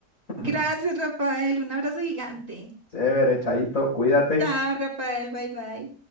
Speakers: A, on the left; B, on the right.
A: <laughs>
B: gracias, Rafael, un abrazo gigante.
A: Chévere, Chaito, cuídate.
B: Chao, Rafael, bye bye.